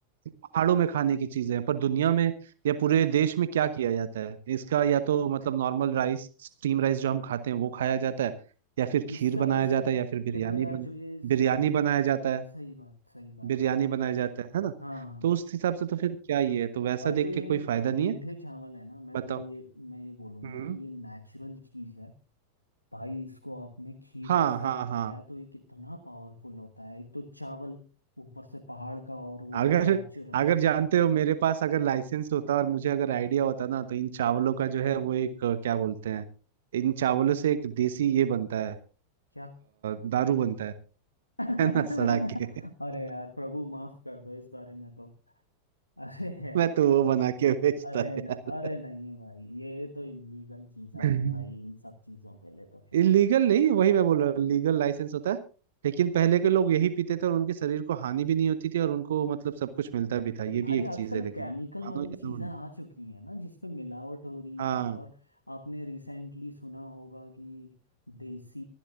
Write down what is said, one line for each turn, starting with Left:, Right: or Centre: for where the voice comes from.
Right: पहाड़ों में खाने की चीजें हैं पर दुनिया में या पूरे देश में क्या किया जाता है इसका या तो मतलब नॉर्मल राइस स्टीम राइस जो हम खाते हैं वो खाया जाता है या फिर खीर
Left: इसका
Right: बनाया
Left: वैसे
Right: जाता है या फिर बिरयानी
Left: देखो यार
Right: बन
Left: जो ये
Right: बिरयानी
Left: सेवई
Right: बनाया जाता है
Left: सही बात सही बात
Right: बिरयानी बनाया जाता है है ना
Left: हाँ
Right: तो उस हिसाब से तो फिर क्या ही है तो वैसा
Left: और
Right: देख
Left: जो ये
Right: के कोई फायदा
Left: मीठे
Right: नहीं है
Left: चावल है ना मैं
Right: बताओ
Left: तो ये मैं ये बोलूँगा
Right: हम्म
Left: कि ये नेचुरल चीज़ है भाई इसको आपने खीर
Right: हाँ
Left: के साथ
Right: हाँ हाँ
Left: खाया तो ये कितना पावरफुल होता है एक तो चावल ऊपर से पहाड़ का और वो
Right: अगर
Left: भी नेचुरल
Right: अगर जानते हो मेरे पास अगर लाइसेंस होता और मुझे अगर आइडिया होता ना तो इन चावलों का जो है वो एक अ, क्या बोलते हैं इन चावलों से एक देसी ये बनता है अ,
Left: क्या
Right: दारू बनता है
Left: <laughs>
Right: है ना सड़ा के <laughs>
Left: अरे यार प्रभु माफ कर दो इस बारे में तो अरे यार
Right: मैं तो वो बना के बेचता
Left: अरे न,
Right: यार
Left: अरे नहीं भाई ये तो इलीगल चीज़ें
Right: <laughs>
Left: हैं भाई इन सब चीज़ों के लिए तो खैर
Right: इलीगल नहीं वही मैं बोल रहा हूँ लीगल लाइसेंस होता है लेकिन पहले के लोग यही पीते थे और उनके शरीर को हानि भी नहीं होती थी और उनको मतलब सब कुछ मिलता भी था
Left: तो
Right: ये
Left: भाई
Right: भी एक
Left: आजकल
Right: चीज है लेकिन
Left: केमिकल
Right: मानो
Left: वाली
Right: या
Left: चीज़ें
Right: ना मानो
Left: आ चुकी हैं ना जिसपे मिलावट हो रही
Right: हाँ
Left: है और आपने रिसेंटली सुना होगा कि देसी